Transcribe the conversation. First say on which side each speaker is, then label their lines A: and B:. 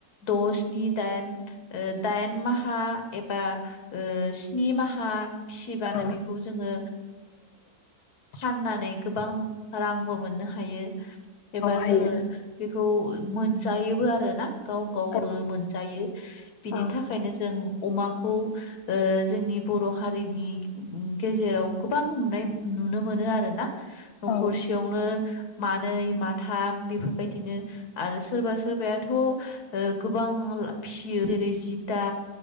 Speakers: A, on the left (about 80°); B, on the left (about 60°).
A: द सिनि दाइन दाइन माहा एबा स्नि माहा फिसिबानो
B: औ
A: बेखौ जोङो फाननानै गोबां रांबो मोननो हायो एबा
B: हायो
A: जोङो खौ मोनजायोबो आरो ना गाव गावबो
B: औ
A: मोनजायो बिनि
B: औ
A: थाखायनो जों अमाखौ जोंनि बर' हारिनि गेजेराव गोबां नुनाय नुनो मोनो आरोना न'खरसेयावनो
B: औ
A: मानै माथाम बेफोरबायदिनो आरो सोरबा सोरबाथ' गोबां फियो जेरै जिथा